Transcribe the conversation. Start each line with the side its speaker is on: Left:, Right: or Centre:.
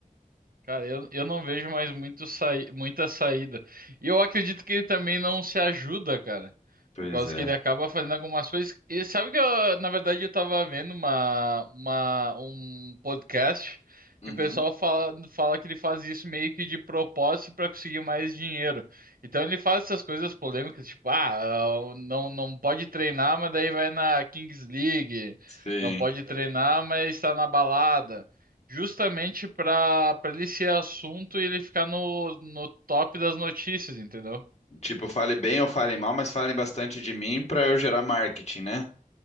Right: Cara, eu, eu não vejo mais muito saí muita saída. E eu acredito que ele também não se ajuda, cara.
Left: Pois
Right: Por causa
Left: é.
Right: que ele acaba fazendo algumas coisas. E sabe que eu, na verdade, eu tava vendo uma, uma, um podcast
Left: Uhum.
Right: que o pessoal fala, fala que ele faz isso meio que de propósito para conseguir mais dinheiro. Então ele faz essas coisas polêmicas, tipo, ah, não, não pode treinar, mas daí vai na Kings League.
Left: Sim.
Right: Não pode treinar, mas está na balada justamente para para ele ser assunto e ele ficar no, no top das notícias, entendeu?
Left: Tipo, fale bem ou fale mal, mas falem bastante de mim pra eu gerar marketing, né?